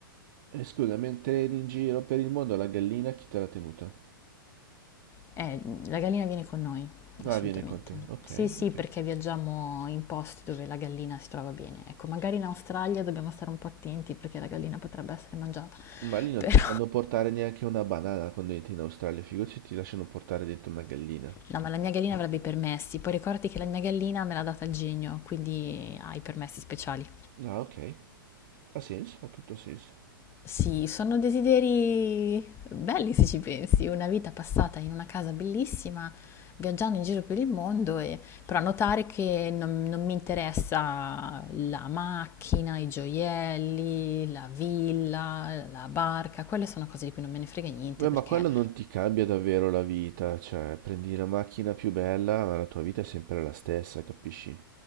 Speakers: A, on the right; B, on the left.
A: E scusa, mentre eri in giro per il mondo la gallina chi te l'ha tenuta?
B: Eh, la gallina viene con noi, assolutamente.
A: Ah, viene con te. Ok,
B: Sì, sì,
A: ok.
B: perché viaggiamo in posti dove la gallina si trova bene. Ecco, magari in Australia dobbiamo stare un po' attenti perché la gallina potrebbe essere mangiata.
A: Ma lì
B: <laughs>
A: non
B: Però,
A: ti fanno portare neanche una banana quando entri in Australia, figurati se ti lasciano portare dentro una gallina.
B: no, ma la mia gallina avrebbe i permessi. Poi ricordati che la mia gallina me l'ha data il genio, quindi ha i permessi speciali.
A: Ah, ok. Ha senso, ha tutto senso.
B: Sì, sono desideri belli se ci pensi, una vita passata in una casa bellissima, viaggiando in giro per il mondo, e- però notare che non, non mi interessa la macchina, i gioielli, la villa, la barca, quelle sono cose di cui non me ne frega niente
A: Beh, ma
B: perché
A: quello non ti cambia davvero la vita, cioè prendi la macchina più bella, ma la tua vita è sempre la stessa, capisci?